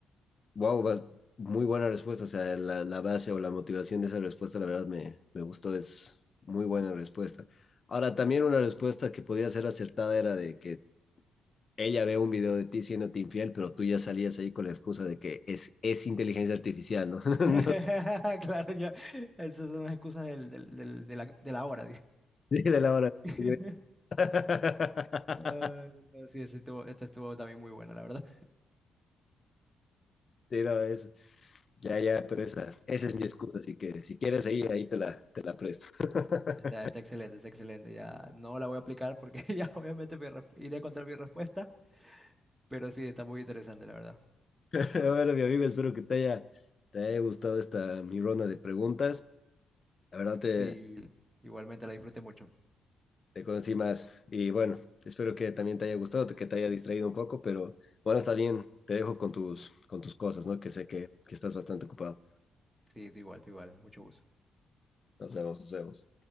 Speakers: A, on the left; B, in the centre.
A: wow, va- muy buena respuesta, o sea, la, la base o la motivación de esa respuesta, la verdad me, me gustó, es muy buena respuesta. Ahora, también una respuesta que podía ser acertada era de que ella ve un video de ti siéndote infiel, pero tú ya salías ahí con la excusa de que es, es inteligencia artificial, ¿no? <laughs>
B: <laughs> Claro, ya. Esas son las excusas del, del, del- de la, de la hora.
A: No sí, de la hora.
B: <laughs>
A: Güey. <laughs>
B: Ay, no, sí, esta estuvo, esta estuvo también muy buena, la verdad.
A: Sí, no, es, ya, ya, pero esa, esa es mi excusa, así que si quieres ahí, ahí te la, te la presto. <laughs>
B: Está, está excelente, está excelente. Ya no la voy a aplicar porque <laughs> ya obviamente me re- iré contra mi respuesta, pero sí, está muy interesante, la verdad.
A: Bueno, mi amigo, espero que te haya, te haya gustado esta mi ronda de preguntas. La verdad te,
B: Sí, igualmente la disfruté mucho.
A: te conocí más y bueno, espero que también te haya gustado, que te haya distraído un poco, pero bueno, está bien, te dejo con tus, con tus cosas, ¿no? Que sé que, que estás bastante ocupado.
B: Sí, tú igual, tú igual. Mucho gusto.
A: Nos vemos, nos vemos.